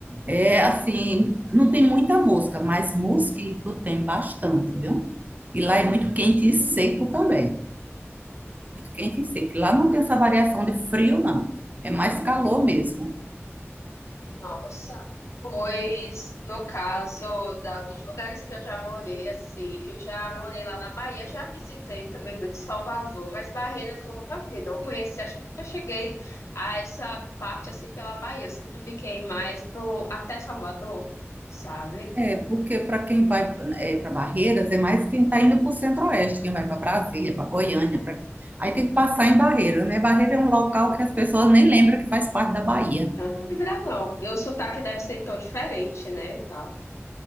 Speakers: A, on the right; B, on the left.
A: É assim, não tem muita mosca, mas mosquito tem bastante, viu? E lá é muito quente e seco também. Muito quente e seco. Lá não tem essa variação de frio, não. É mais calor mesmo.
B: Nossa, pois no caso da, dos lugares que eu já morei, assim, eu já morei lá na Bahia, já visitei também muito Salvador, mas Barreiras eu nunca fui, não conheci, acho que nunca cheguei a essa parte assim pela Bahia, eu sempre fiquei mais pro, até Salvador, sabe?
A: É, porque para quem vai para Barreiras, é mais quem está indo para o Centro-Oeste, quem vai para Brasília, para Goiânia. pra- Aí tem que passar em Barreira, né? Barreira é um local que as pessoas nem lembram que faz parte da Bahia.
B: Então, não me agrada, não. E o sotaque deve ser tão diferente, né, e tal.